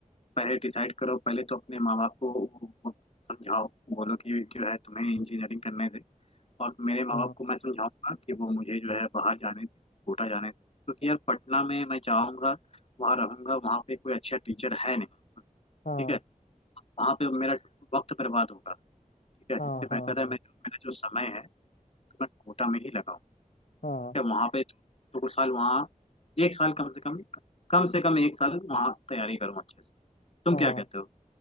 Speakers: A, on the left; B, on the left.
A: पहले डिसाइड करो पहले तो अपने माँ बाप को वो- वो समझाओ बोलो कि जो है तुम्हें इंजीनियरिंग करने दे और मेरे माँ
B: हाँ
A: बाप को मैं समझाऊंगा कि वो मुझे जो है बाहर जाने दें कोटा जाने दें क्योंकि यार पटना में मैं जाऊंगा वहाँ रहूंगा वहाँ पे कोई अच्छा टीचर है नहीं
B: हाँ
A: ठीक है वहाँ पे मेरा वक्त बर्बाद होगा ठीक है
B: हाँ
A: इससे बेहतर
B: हाँ
A: है
B: हाँ
A: मैं जो मेरा जो समय है तो मैं कोटा में ही लगाऊँ
B: हाँ
A: ठीक है वहाँ पे दो, दो साल वहाँ एक साल कम से कम कम से कम एक साल वहाँ तैयारी करूँ अच्छे से तुम
B: हाँ
A: क्या कहते हो